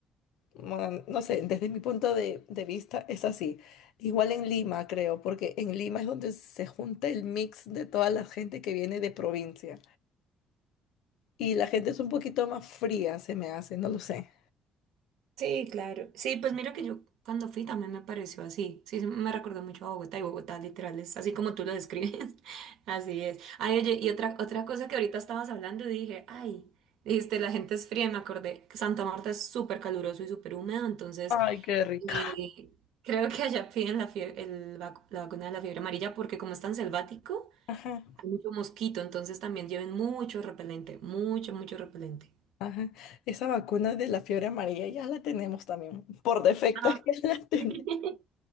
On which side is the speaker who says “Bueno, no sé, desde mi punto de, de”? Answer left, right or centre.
Left